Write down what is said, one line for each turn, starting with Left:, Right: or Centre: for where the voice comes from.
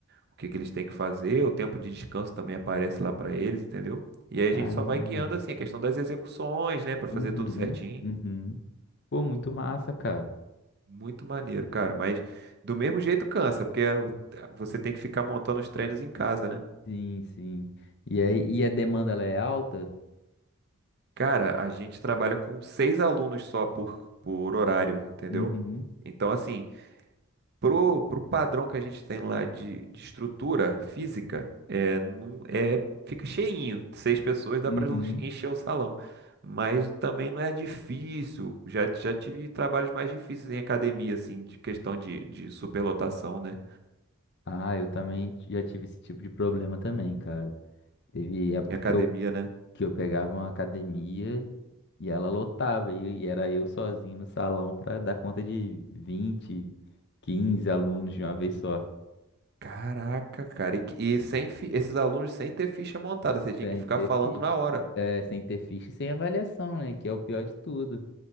Right: o que que eles têm que fazer, o tempo de descanso também aparece lá para eles, entendeu? E aí
Left: Caramba.
Right: a gente só vai guiando assim a questão das execuções, né, para fazer
Left: Uhum,
Right: tudo certinho.
Left: uhum. Pô, muito massa, cara.
Right: Muito maneiro, cara, mas do mesmo jeito cansa, porque é o- você tem que ficar montando os treinos em casa, né?
Left: Sim, sim. E aí, e a demanda ela é alta?
Right: Cara, a gente trabalha com seis alunos só por, por horário, entendeu?
Left: Uhum,
Right: Então, assim, Pro, pro padrão que a gente tem lá de, de estrutura física, é, não, é, fica cheinho. Seis pessoas dá
Left: uhum.
Right: para encher o salão. Mas também não é difícil. Já, já tive trabalhos mais difíceis em academia, assim, de questão de, de superlotação, né?
Left: Ah, eu também t- já tive esse tipo de problema também, cara. Teve época
Right: Em academia,
Left: que eu,
Right: né?
Left: que eu pegava uma academia e ela lotava, e, e era eu sozinho no salão pra dar conta de 20 15 alunos de uma vez só.
Right: Caraca, cara. E, que- e sem, fi- esses alunos sem ter ficha montada. Você tinha
Left: Sem
Right: que ficar
Left: ter
Right: falando
Left: ficha.
Right: na hora.
Left: É, sem ter ficha e sem avaliação, né? Que é o pior de tudo.